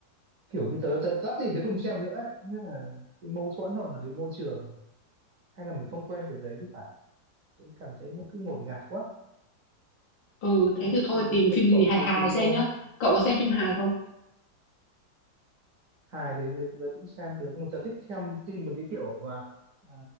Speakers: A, on the right (about 65°); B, on the left (about 80°).
A: kiểu như tớ tớ tắt thì tớ không xem nữa ấy nghĩa là cái mâu thuẫn hoặc là cái môi trường hay là mình không quen kiểu đấy thì phải tớ cảm thấy nó cứ ngột ngạt quá
B: Ừ,
A: đấy
B: thế thì thôi
A: thì
B: tìm
A: không biết là
B: phim
A: cậu
B: gì hài
A: có thấy
B: hài
A: thế
B: xem
A: không
B: nhá. Cậu có xem phim hài không?
A: hài thì tớ tớ cũng xem được nhưng mà tớ thích xem phim một cái kiểu mà à,